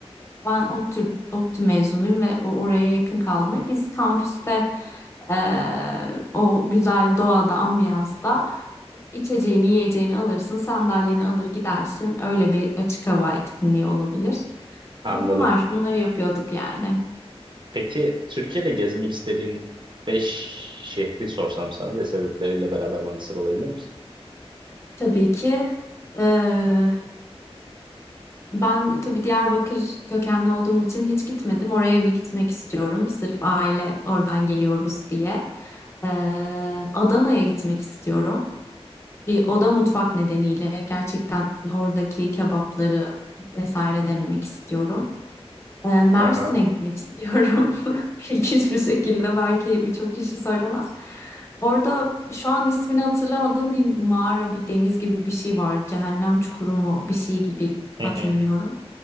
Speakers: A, on the left; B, on the right.
A: ben ODTÜ, ODTÜ mezunuyum ve o- oraya yakın kaldım. Hep biz kampüste eee, o güzel doğada, ambiyansta içeceğini, yiyeceğini alırsın, sandalyeni alır gidersin. Öyle bir açık hava etkinliği olabilir.
B: <laughs> Anladım.
A: Bunlar, bunları yapıyorduk yani.
B: Peki Türkiye'de gezmek istediğin 5 şehri sorsam sana ve sebepleriyle beraber bana sıralayabilir misin?
A: Tabii ki eee, ben tabii Diyarbakır kökenli olduğum için hiç gitmedim. Oraya bir gitmek istiyorum. Sırf aile oradan geliyoruz diye. Eee, Adana'ya gitmek istiyorum. Bir- O da mutfak nedeniyle gerçekten oradaki kebapları vesaire denemek istiyorum. Ee, Mersin'e
B: Aha.
A: gitmek istiyorum. <laughs> İlginç bir şekilde belki birçok kişi söylemez. Orada şu an ismini hatırlamadığım bir mağara, bir deniz gibi bir şey var. Cehennem çukuru mu bir şey gibi
B: <laughs> Hı
A: hatırlıyorum.
B: hı.